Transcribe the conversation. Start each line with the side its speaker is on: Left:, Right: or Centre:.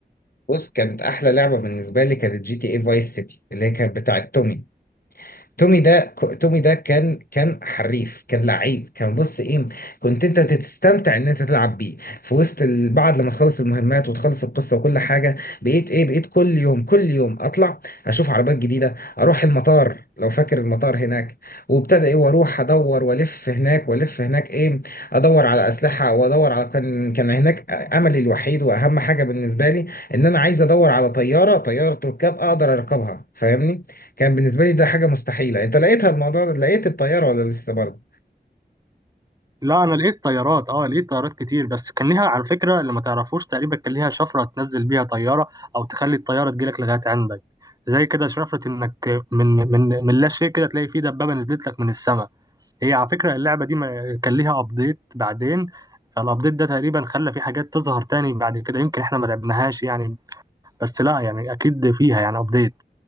Left: بص كانت احلى لعبه بالنسبه لي كانت جي تي اي فايس سيتي اللي هي كانت بتاعه تومي تومي ده ك- تومي ده كان كان حريف كان لعيب كان بص ايه كنت انت تستمتع ان انت تلعب بيه في وسط ال- بعد لما تخلص المهمات وتخلص القصه وكل حاجه بقيت ايه بقيت كل يوم كل يوم اطلع اشوف عربيات جديده اروح المطار لو فاكر المطار هناك وابتدى ايه واروح ادور والف هناك والف هناك ايه ادور على اسلحه وادور على كان كان هناك املي الوحيد واهم حاجه بالنسبه لي ان انا عايز ادور على طياره طياره ركاب اقدر اركبها فاهمني كان بالنسبة لي ده حاجة مستحيلة انت لقيتها الموضوع ده لقيت الطيارة ولا لسه برضه
Right: لا انا لقيت طيارات اه لقيت طيارات كتير بس كان ليها على فكره اللي ما تعرفوش تقريبا كان ليها شفره تنزل بيها طياره او تخلي الطياره تجيلك لغايه عندك زي كده شفره انك من من من لا شيء كده تلاقي في دبابه نزلت لك من السماء هي على فكره اللعبه دي ما كان ليها ابديت بعدين فالابديت ده تقريبا خلى في حاجات تظهر تاني بعد كده يمكن احنا ما لعبناهاش يعني بس لا يعني اكيد فيها يعني ابديت